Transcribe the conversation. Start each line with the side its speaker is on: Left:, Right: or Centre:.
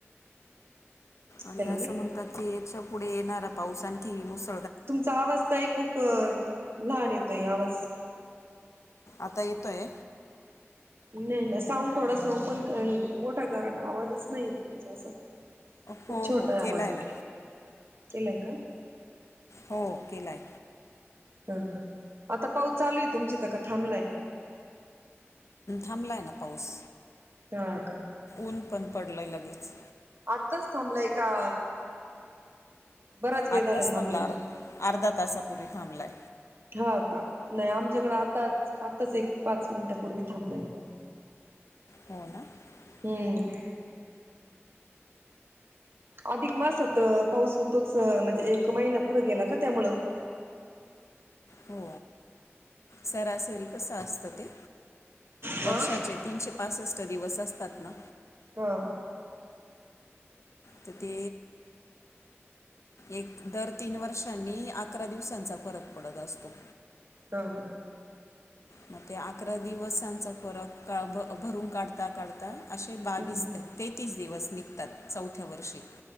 Left: आणि
Right: हॅलो
Left: असं म्हणतात की. याच्या पुढे येणारा पाऊस आणखी मोस
Right: तुमचा आवाज ताई खूप लहान येतोय आवाज
Left: आता येतोय
Right: नाही-नाही साऊंड थोडासा ओपन आहे. मोठा करा ना आवाजच नाही येतये तुमचा अस खूप
Left: हो
Right: छोटा
Left: हो केलाय
Right: आवाज येेतोय
Left: ना
Right: केलाय का?
Left: हो केलाय
Right: हा आता पाऊस चालू आहे तुमच्या इथ का थांबलाय?
Left: थांबलाय ना पाऊस
Right: हा का
Left: ऊन पण पडलाय लगेच.
Right: आत्ताच थांबलाय का? बराच वेळ
Left: आत्ताच
Right: झाला थांबलेला?
Left: थांबला अर्धा तासापूर्वी थांबलाय.
Right: हा का नाही आमच्याकडें आताच-आताच एक पाच मिनिटपूर्वी थांबलाय.
Left: हो ना‌ <unintelligible>
Right: हम्म अधिक मासात पाऊस होतोच म्हणजे एक महिना पुढे गेला का त्यामुळं?
Left: हो सरासरी तस असत ते वर्षाचे
Right: हा
Left: तीनशे पासष्ट दिवस असतात ना.
Right: हा
Left: तर ते एक दर तीन वर्षांनी अकरा दिवसांचा फरक पडत असतो.
Right: हा
Left: मग ते अकरा दिवसांचा फरक भ भरून काढता-काढता असे बावीस
Right: हम्म
Left: ते तीस दिवस निघतात चौथ्या वर्षी